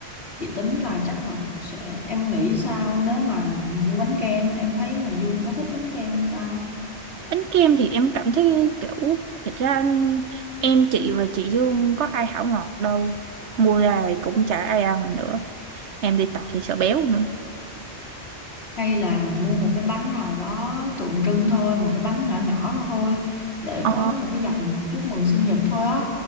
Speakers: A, on the left; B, on the right.
A: Chị tính là chắc là sẽ em nghĩ sao nếu mà mua bánh kem em thấy là Dương có thích bánh kem không ta
B: Bánh kem thì em cảm thấy kiểu thật ra em chị và chị Dương có ai hảo ngọt đâu mua ra thì cũng chả ai ăn nữa em đi tập thì sợ béo nữa
A: hay là mình mua một cái bánh nào đó tượng trưng thôi một cái bánh nhỏ nhỏ thôi để
B: Ờ.
A: có một cái dòng chúc mừng sinh nhật thôi á